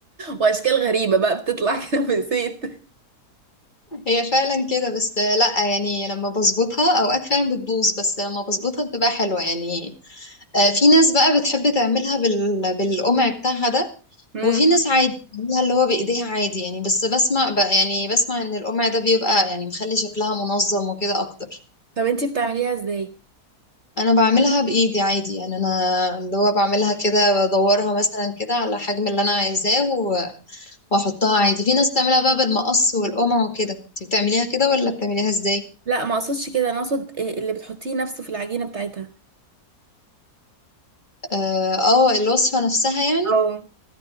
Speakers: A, on the right (about 50°); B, on the left (about 30°).
A: واشكال غريبة بقى بتطلع <laughs> كده في زيت
B: هي فعلا كده بس آه، لا يعني لما بظبطها اوقات فعلا بتبوظ بس لما بظبطها بتبقى حلوه يعني آه، في ناس بقى بتحب تعملها بال... بالقمع بتاعها ده
A: مم.
B: وفي ناس عادي بتعملها اللي هو بايديها عادي يعني بس بسمع بقى يعني بسمع ان القمع ده بيبقى يعني مخلي شكلها منظم وكده اكتر
A: طب انتي بتعمليها ازاي؟
B: انا بعملها بايدي عادي يعني انا اللي هو بعملها كده بدورها مثلا كده على الحجم اللي انا عايزاه و- واحطها عادي في ناس بتعملها بقى بالمقص والقمع وكده انت بتعمليها كده ولا بتعمليها ازاي
A: لا ما اقصدش كده انا اقصد إيه اللي بتحطيه نفسه في العجينة بتاعتها
B: اه آه، الوصفة نفسها يعني
A: اه